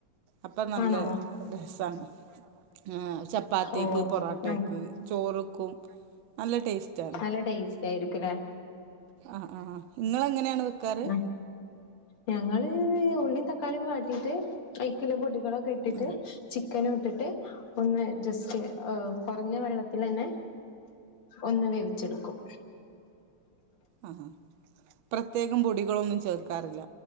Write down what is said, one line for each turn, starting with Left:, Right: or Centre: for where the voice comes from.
Right: അപ്പൊ നല്ല
Left: ആണോ
Right: രസാണ് ആ ചപ്പാത്തിക്ക്
Left: ഓ
Right: പൊറോട്ടക്ക്
Left: ഉം
Right: ചോറ് ക്കും നല്ല ടേസ്റ്റാണ്
Left: നല്ല ടേസ്റ്റ് ആയിരിക്കുംല്ലേ
Right: ആഹ് ആഹ് ഇങ്ങളെങ്ങനെയാണ് വെക്കാറ്
Left: ഉം ഞങ്ങള് ഉള്ളിം തക്കാളിം വാട്ടീട്ട് അയ്ക്ക്ള്ള പൊടി ക്കെട്ടിട്ട്
Right: ഉം
Left: ചിക്കനും ട്ടിട്ട് ഒന്ന് ജസ്റ്റ് ആഹ് കുറഞ്ഞ വെള്ളത്തിലെന്നെ ഒന്ന് വേവിച്ചെടുക്കും
Right: ആഹാ പ്രത്യേകം പൊടികളൊന്നും ചേർക്കാറില്ല